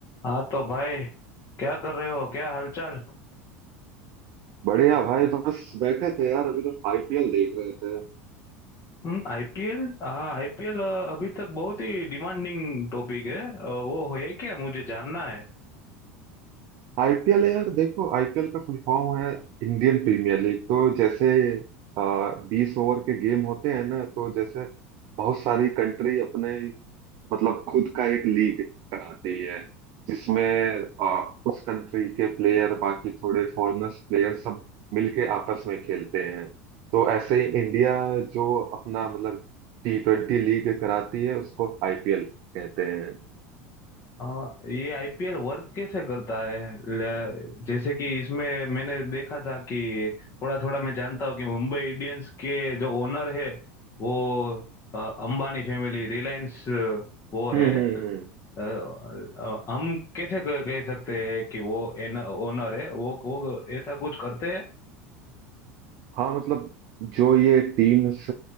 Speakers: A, on the left; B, on the right.
A: हाँ तो भाई क्या कर रहे हो क्या हालचाल
B: बढ़िया भाई बस बैठे थे यार अभी तो आईपीएल देख रहे थे
A: हम्म आईपीएल हाँ आईपीएल अभी तक बहुत ही डिमांडिंग टॉपिक है अ, वो है क्या मुझे जानना है
B: आईपीएल यार देखो आईपीएल का फुल फॉर्म है इंडियन प्रीमियर लीग तो जैसे आ, बीस ओवर के गेम होते हैं ना तो जैसे बहुत सारी कंट्री अपने मतलब खुद का एक लीग कराती है जिसमें आ, उस कंट्री के प्लेयर बाकी थोड़े फॉरेनर्स प्लेयर सब मिलके आपस में खेलते हैं तो ऐसे ही इंडिया जो अपना मतलब टी ट्वेंटी लीग कराती है उसको आईपीएल कहते हैं
A: हाँ ये आईपीएल वर्क कैसे करता है ल- जैसे कि इसमें मैंने देखा था कि थोड़ा थोड़ा मैं जानता हूँ कि मुंबई इंडियंस के जो ओनर है वो अ, अंबानी फैमिली रिलायंस वो है
B: हम्म हम्म हम्म
A: अ, अ, हम कैसे कह कह सकते हैं कि वो एन ओनर है वो वो ऐसा कुछ करते हैं
B: हाँ मतलब जो ये टीम्स